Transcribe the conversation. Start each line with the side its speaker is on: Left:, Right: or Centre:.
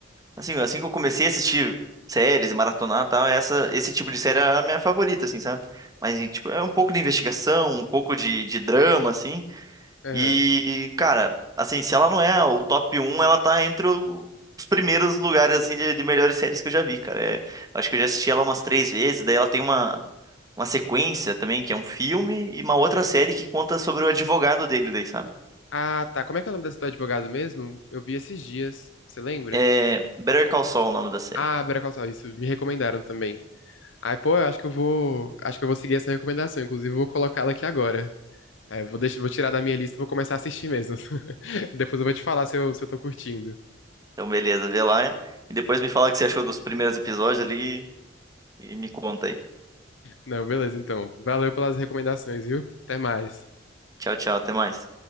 Right: Assim, assim que eu comecei a assistir séries e maratonar e tal, essa, esse tipo de série era a minha favorita, assim, sabe? Mas, e, tipo, é um pouco de investigação, um pouco de, de drama, assim.
Left: Aham.
Right: E, cara, assim, se ela não é o top um ela tá entre o- os primeiros lugares, assim, de, de melhores séries que eu já vi, cara. É, eu acho que eu já assisti ela umas três vezes. Daí ela tem uma, uma sequência também, que é um filme, e uma outra série que conta sobre o advogado dele, daí, sabe?
Left: Ah, tá. Como é que é o nome desse do advogado mesmo? Eu vi esses dias. Você lembra?
Right: É Better Call Saul, o nome da série.
Left: Ah, Better Call Saul, isso. Me recomendaram também. Ai, pô, eu acho que eu vou. Acho que eu vou seguir essa recomendação. Inclusive, eu vou colocá-la aqui agora. É, eu vou deixar, vou tirar da minha lista e vou começar a assistir mesmo. <laughs> Depois eu vou te falar se eu, se eu tô curtindo.
Right: Então, beleza, vê lá e depois me fala o que você achou dos primeiros episódios ali e me conta aí.
Left: Não, beleza, então. Valeu pelas recomendações, viu? Até mais.
Right: Tchau, tchau, até mais.